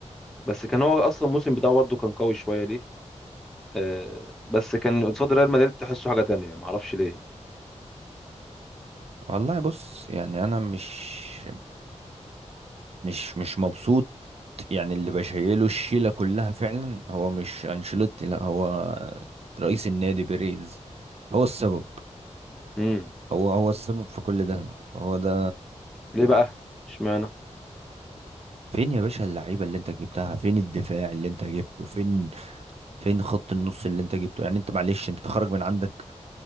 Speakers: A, in the centre; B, on the right.
A: بس كان هو اصلا الموسم بتاعه برضه كان قوي شويه ليه آه، بس كان قصاد ريال مدريد تحسه حاجه تانية ما اعرفش ليه
B: والله بص يعني انا مش مش مش مبسوط يعني اللي بشيله الشيلة كلها فعلا هو مش أنشيلوتي لا هو رئيس النادي بيريز هو السبب
A: امم
B: هو هو السبب في كل ده هو ده
A: ليه بقى اشمعنى
B: فين يا باشا اللعيبة اللي انت جبتها فين الدفاع اللي انت جبته فين فين خط النص اللي انت جبته يعني انت معلش انت تخرج من عندك